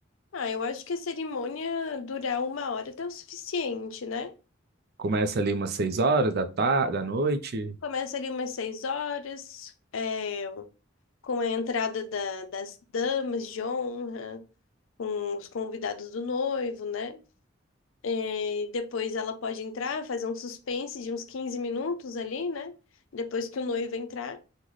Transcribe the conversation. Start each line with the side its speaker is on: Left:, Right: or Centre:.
Left: Ah, eu acho que a cerimônia durar uma hora até o suficiente, né?
Right: Começa ali umas seis horas da tarde, da noite?
Left: Começa ali umas seis horas, é, com a entrada da- das damas de honra, com os convidados do noivo, né? É, depois ela pode entrar, fazer um suspense de uns 15 minutos ali, né? Depois que o noivo entrar.